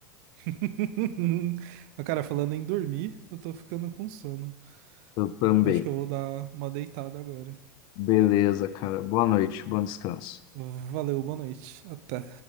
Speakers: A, on the right; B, on the left.
A: <laughs> Mas, cara, falando em dormir, eu tô ficando com sono.
B: eu também.
A: Então acho que eu vou dar uma deitada agora.
B: Beleza, cara. Boa noite, bom descanso.
A: Valeu, boa noite. Até.